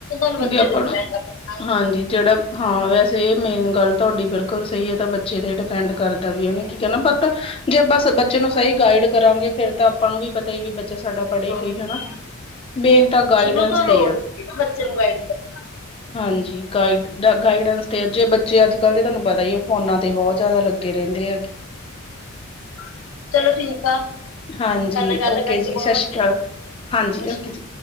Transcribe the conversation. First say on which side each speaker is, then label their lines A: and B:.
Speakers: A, on the left (about 65°); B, on the left (about 25°).
A: ਨੂੰ ਬੱਚੇ
B: ਵੀ ਆਪਾਂ
A: ਤੇ ਡਿਪੈਂਡ
B: ਨਾ,
A: ਆ ਪੈਂਦਾ ਹੈ।
B: ਹਾਂਜੀ ਜੇੜਾ, ਹਾਂ ਵੈਸੇ ਮੇਨ ਗੱਲ ਤੁਆਡੀ ਬਿਲਕੁਲ ਸਈ ਏ ਤਾਂ ਬੱਚੇ ਤੇ ਡਿਪੈਂਡ ਕਰਦਾ ਵੀ ਓਨੇ ਕੀ ਕਰਨਾ ਬਟ ਜੇ ਬਸ ਬੱਚੇ ਨੂੰ ਸਈ ਗਾਈਡ ਕਰਾਂਗੇ ਫੇਰ ਤਾਂ ਆਪਾਂ ਨੂੰ ਵੀ ਪਤਾ ਈ ਵੀ ਬੱਚਾ ਸਾਡਾ ਪੜ੍ਹੇਗਾ
A: ਹਾਂ,
B: ਈ ਹਨਾ, ਮੇਨ ਤਾਂ ਗਾਈਡੈਂਸ
A: ਸ਼ੁਰੂ ਤੋਂ
B: ਤੇ
A: ਲੋੜ
B: ਈ ਆ।
A: ਹੁੰਦੀ ਬੱਚੇ ਨੂੰ ਗਾਈਡ ਕਰੋ।
B: ਹਾਂਜੀ ਗਾਈਡ ਗਾਈਡੈਂਸ ਤੇ ਜੇ ਬੱਚੇ ਅੱਜ-ਕੱਲ ਦੇ ਤੁਆਨੂੰ ਪਤਾ ਈ ਐ ਫੋਨਾ ਤੇ ਬੋਤ ਜਾਦਾ ਲੱਗੇ ਲੱਗੇ ਰੈਂਦੇ ਐ ਗੇ।
A: <inaudible> ਚਲੋ ਠੀਕ ਆ ਥੋਡੇ
B: ਹਾਂਜੀ
A: ਨਾਲ ਗੱਲ
B: ਓਕੇ
A: ਕਰਕੇ
B: ਜੀ
A: ਬੋਤ
B: ਸਤਿ ਸ਼੍ਰੀ
A: ਵਦੀਆ
B: ਅਕਾਲ
A: ਲੱਗਾ,
B: ਹਾਂਜੀ
A: ਸਸ੍ਰੀ
B: ਓਕੇ
A: ਕਾਲ।
B: ਜੀ